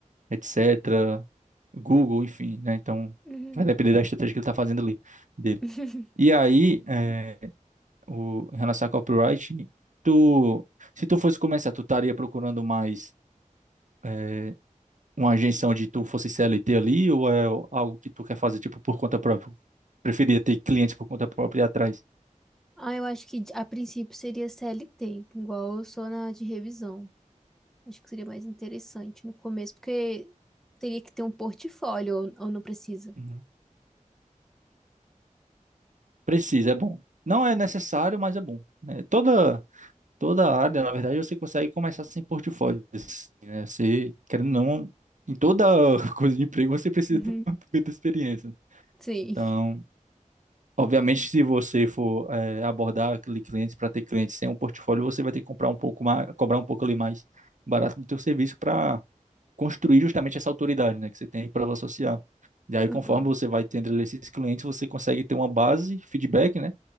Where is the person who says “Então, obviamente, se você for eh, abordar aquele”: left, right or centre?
Right